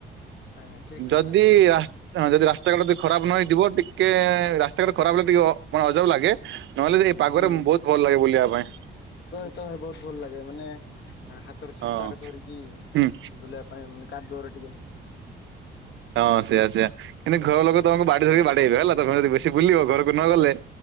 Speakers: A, on the left (about 65°); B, on the right (about 75°).
A: ଆଜ୍ଞା ଠିକ କଥା।
B: ଯଦି ଯଦି ରାସ୍ତା କା ଯଦି ଖରାପ ନ ହେଇଥିବ ଟିକେ ରାସ୍ତା କାଟ ଖରାପ ହେଲେ ଟିକେ ମାନେ ଅଜବ ଲାଗେ ନହେଲେ
A: ହଁ
B: ଏଇ ପାଗରେ
A: ହୁଁ
B: ବହୁତ ଭଲ ଲାଗେ ବୁଲିବା ପାଇଁ
A: ଭ ବହୁତ ଭଲ ଲାଗେ ମାନେ ହାତର ଛତା
B: ହଁ
A: ଆଡେ ଧରିକି
B: ହୁଁ
A: ବୁଲେଇିବା ପାଇଁ ମାନେ କାଦୁରେ ଟିକେ
B: ହଁ ସେଇଆା ସେଆ କିନ୍ତୁ ଘର ଲୋକ ତମକୁ ବାଡି ଧରିକି ବାଡେଇବେ ହେଲା ତମେ ଯଦି ବେଶ ବୁଲିବ ଘରକୁ ନ ଗଲେ